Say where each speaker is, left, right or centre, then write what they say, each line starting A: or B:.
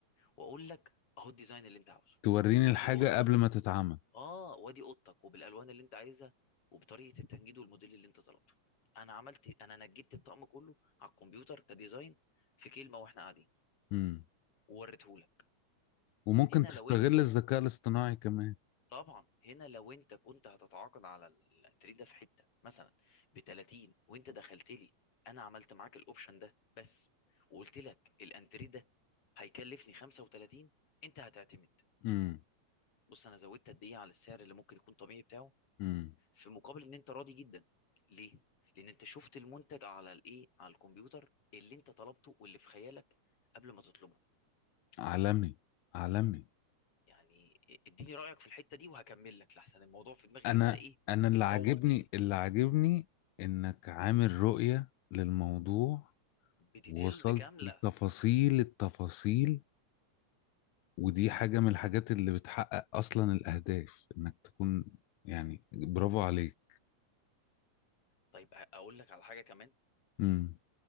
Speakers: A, on the left; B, on the left.
A: واقول لك اهو الديزاين اللي انت عاوزه
B: توريني
A: وادي
B: الحاجة
A: اوضتك
B: قبل ما تتعمل
A: اه وادي اوضتك وبالالوان اللي انت عايزها وبطريقه التنجيد والموديل اللي انت طلبته انا عملت انا نجدت الطقم كله على الكمبيوتر كديزاين في كلمه واحنا قاعدين
B: امم
A: ووريته لك
B: وممكن
A: هنا
B: تستغل
A: لو انت
B: الذكاء الاصطناعي كمان
A: طبعا هنا لو انت كنت هتتعاقد على ال- التري ده في حته مثلا ب 30 وانت دخلت لي انا عملت معاك الاوبشن ده بس وقلت لك الانتري ده هيكلفني 35 انت هتعتمد
B: امم
A: بص انا زودت قد ايه على السعر اللي ممكن يكون طبيعي بتاعه
B: امم
A: في مقابل ان انت راضي جدا ليه لان انت شفت المنتج على الايه على الكمبيوتر اللي انت طلبته واللي في خيالك قبل ما تطلبه
B: عالمي عالمي
A: يعني اديني رايك في الحته دي وهكمل لك لحسن الموضوع في دماغي
B: انا
A: لسه ايه
B: انا اللي
A: بطول
B: عاجبني اللي عاجبني انك عامل رؤية للموضوع
A: بديتيلز
B: ووصلت
A: كامله
B: لتفاصيل التفاصيل ودي حاجة من الحاجات اللي بتحقق اصلا الاهداف انك تكون يعني برافو عليك
A: طيب أ- اقول لك على حاجه كمان
B: امم